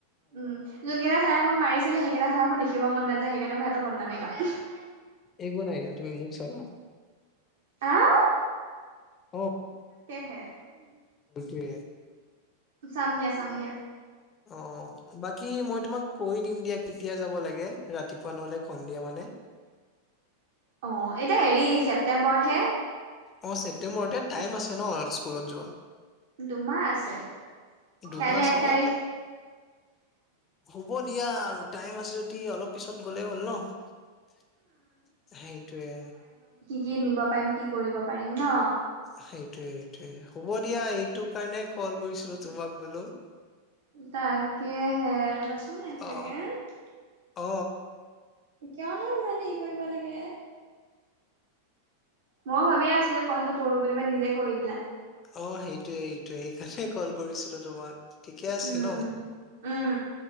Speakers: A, on the right; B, on the left.
A: উম যোনকেইটা ছাৰে মোক মাৰিছিলে সেইকেইটা ছাৰ মোৰ দেখিব মন নাযায় সেইকাৰণে মই সিহঁতৰ বনামেই গাপ
B: এইগ নাই তুমি মুখ চাবা
A: আহ
B: উম
A: হ
B: টো
A: চাম দিয়া চাম দিয়া
B: অ বাকী মই তোমাক কৈ দিম দিয়া কেতিয়া যাব লাগে ৰাতিপুৱা নহলে সন্ধিয়া মানে
A: অ এতিয়া হেৰি ছেপ্তেম্বৰতহে
B: অ ছেপ্টেম্বৰতে টাইম আছে ন স্কুলত যোৱা
A: দুমাহ আছে।
B: ধুমছে
A: কাইলে এক তাৰিখ
B: অ তে হ'ব দিয়া আৰু টাইম আছে যদি অলপ পিছত গলে হ'ল ন সেইটোৱে
A: গীত নিব পাৰিম কি কৰিব পাৰিম ন
B: সেইটোৱে সেইটোয়ে হ'ব দিয়া এইটো কাৰণে কল কৰিছিলো তোমাক বোলো
A: তাকেহে আৰু বাচোন এক চেকেণ্ড
B: অ অ
A: কিয়নো মানে হে কৰিব লাগে মইও ভাবিয়ে আছিলো কলটো কৰো বুলি বা নিজে কৰি দিলা
B: অ সেইটোৱে সেইটোয়ে সেইকাৰণে কল কৰিছিলো তোমাক ঠিকে আছে
A: উম,
B: ন
A: উম,